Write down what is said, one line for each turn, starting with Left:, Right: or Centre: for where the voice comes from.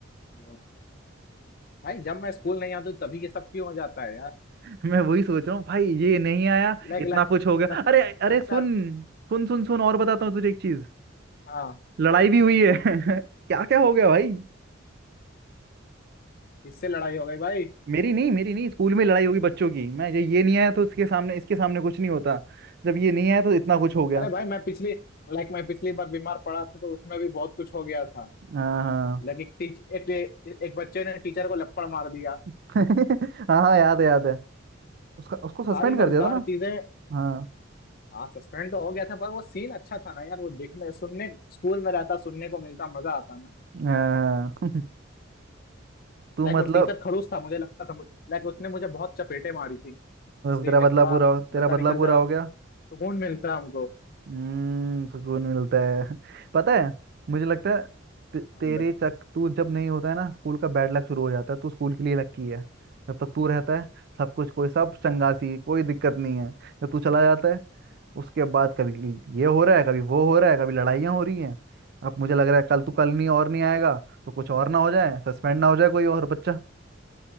Left: तो भाई जब मैं स्कूल नहीं आता तभी ये सब क्यों हो जाता है यार
Right: <laughs> मैं वही सोच रहा हूँ भाई ये नहीं आया
Left: लाइक
Right: इतना
Left: लग,
Right: कुछ हो गया
Left: लग,
Right: अरे अरे
Left: लगता
Right: सुन
Left: है।
Right: सुन सुन सुन और बताता हूँ तुझे एक चीज
Left: हाँ
Right: लड़ाई भी हुई है <laughs> क्या क्या हो गया भाई
Left: इससे लड़ाई हो गई भाई
Right: मेरी नहीं मेरी नहीं स्कूल में लड़ाई होगी बच्चों की मैं जब ये नहीं आया तो इसके सामने इसके सामने कुछ नहीं होता जब ये नहीं आया तो इतना कुछ हो गया
Left: अरे भाई मैं पिछली लाइक मैं पिछली बार बीमार पड़ा था तो उसमें भी बहुत कुछ हो गया था
Right: हाँ हाँ
Left: लाइक एक टीच एक, एक बच्चे ने टीचर को लपड़ मार दिया
Right: <laughs> हाँ हाँ याद है याद है उसका उसको सस्पेंड
Left: सारी
Right: कर
Left: मजेदार
Right: दिया था ना
Left: चीजें
Right: हाँ
Left: हाँ सस्पेंड तो हो गया था पर वो सीन अच्छा था ना यार वो देखने सुनने स्कूल में रहता सुनने को मिलता मजा आता
Right: हाँ <laughs> तू
Left: लाइक
Right: मतलब
Left: वो टीचर खड़ूस था मुझे लगता था लाइक उसने मुझे बहुत चपेटे मारी थी इसलिए
Right: तेरा बदला
Left: थोड़ा
Right: पूरा हो
Left: बदला
Right: तेरा
Left: निकल
Right: बदला
Left: जा
Right: पूरा
Left: रहा
Right: हो गया
Left: सुकून मिलता हमको
Right: हम्म सुकून मिलता है <laughs> पता है मुझे लगता है ते-
Left: हाँ
Right: तेरे
Left: भाई
Right: चक तू जब नहीं होता है ना स्कूल का बैड लक शुरू हो जाता है तू स्कूल के लिए लकी है जब तक तू रहता है सब कुछ कोई सब चंगासी कोई दिक्कत नहीं है जब तू चला जाता है उसके बाद कभी ये हो रहा है कभी वो हो रहा है कभी लड़ाइयाँ हो रही हैं अब मुझे लग रहा है कल तू कल नहीं और नहीं आएगा तो कुछ और ना हो जाए सस्पेंड ना हो जाए कोई और बच्चा